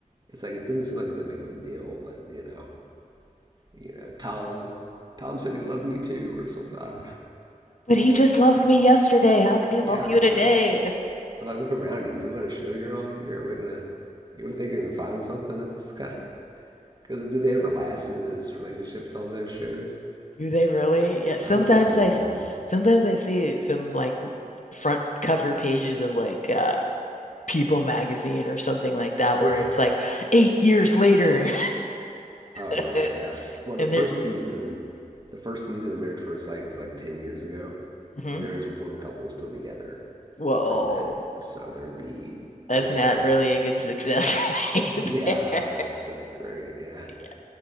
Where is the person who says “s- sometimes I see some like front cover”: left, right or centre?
Left